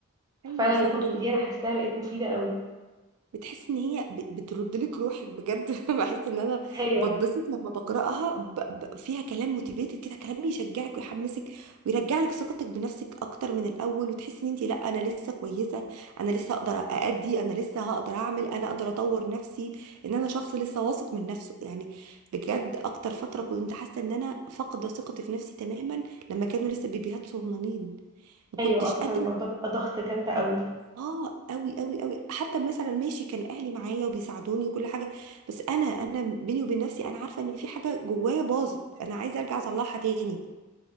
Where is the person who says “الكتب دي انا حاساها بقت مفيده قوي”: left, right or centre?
Right